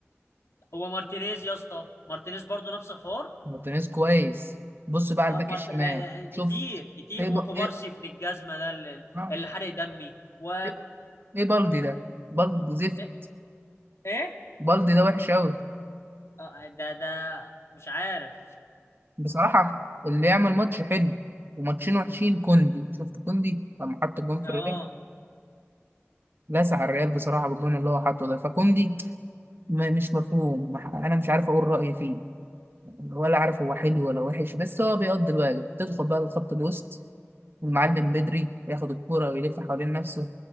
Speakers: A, on the left; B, on the right.
A: هو مارتينيز يا اسطى مارتينيز برضو نفس الحوار
B: مارتينيز كويس بص بقى
A: آه،
B: على الباك
A: مرت...
B: الشمال
A: آه، يعني كتير
B: شوف
A: كتير
B: ايه ب...
A: وكوبارسي
B: ايه
A: ابن الجزمه ده اللي,
B: آه،
A: اللي حرق دمي و
B: ايه إيه بالدي ده بالدي زفت
A: ايه إيه؟
B: بالدي ده وحش قوي
A: آه، آه، ده ده مش عارف
B: بصراحة اللي يعمل ماتش حلو وماتشين وحشين كوندي شفت كوندي لما حط الجون
A: اه
B: في الريال لسع الريال بصراحة بالجون اللي هو حاطه ده فكوندي م- مش مفهوم مح- انا مش عارف اقول رأيي فيه ولا عارف هو حلو ولا وحش بس هو بيقضي الواجب تدخل بقى لخط الوسط المعلم بدري ياخد الكورة ويلف حوالين نفسه